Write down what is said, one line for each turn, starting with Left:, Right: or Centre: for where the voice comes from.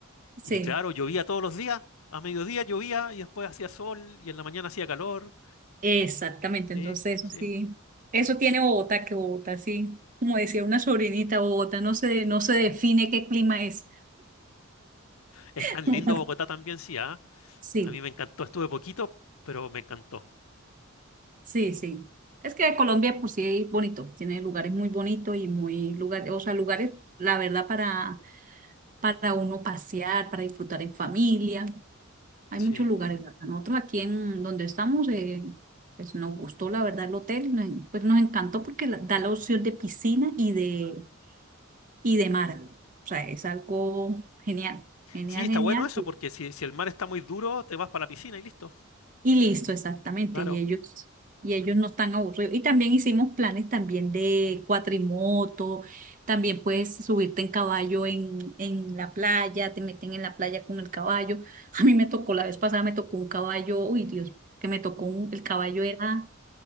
Right: Sí,
Left: Y claro, llovía todos los días, a mediodía llovía y después hacía sol y en la mañana hacía calor.
Right: exactamente.
Left: Sí,
Right: Entonces eso
Left: sí.
Right: sí, eso tiene Bogotá, que Bogotá sí. Como decía una sobrinita, Bogotá no se, no se define qué clima es.
Left: Es
Right: <laughs>
Left: tan lindo Bogotá también, sí, ¿ah?
Right: Sí.
Left: A mí me encantó, estuve poquito, pero me encantó.
Right: Sí, sí. Es que Colombia por sí es bonito, tiene lugares muy bonitos y muy lugares, o sea, lugares, la verdad, para, para uno pasear, para disfrutar en familia. Hay
Left: Sí.
Right: muchos lugares, la verdad. Nosotros aquí en donde estamos, eh, pues nos gustó la verdad el hotel y nos, pues nos encantó porque la- da la opción de piscina y de, y de mar. O sea, es algo genial, genial,
Left: Sí, está
Right: genial.
Left: bueno eso, porque si, si el mar está muy duro, te vas para la piscina y listo.
Right: Y listo, exactamente.
Left: Claro.
Right: Y ellos, y ellos no están aburridos. Y también hicimos planes también de cuatrimoto, también puedes subirte en caballo en, en la playa, te meten en la playa con el caballo. A mí me tocó, la vez pasada me tocó un caballo, uy Dios, que me tocó un, el caballo era